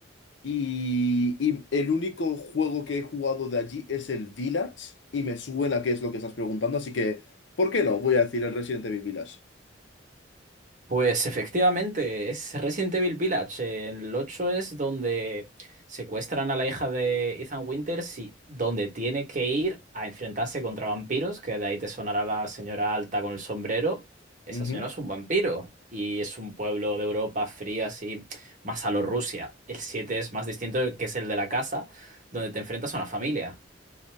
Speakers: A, on the left (about 65°); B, on the right (about 40°).
A: y, y el único juego que he jugado de allí es el Village y me suena que es lo que estás preguntando, así que, ¿por qué no? Voy a decir el Resident Evil Village.
B: Pues efectivamente, es Resident Evil Village. Eh, En el 8 es donde secuestran a la hija de Ethan Winters y donde tiene que ir a enfrentarse contra vampiros, que de ahí te sonará la señora alta con el sombrero. Esa
A: Ujú.
B: señora es un vampiro y es un pueblo de Europa fría, así, más a lo Rusia. El 7 es más distinto, que es el de la casa, donde te enfrentas a una familia.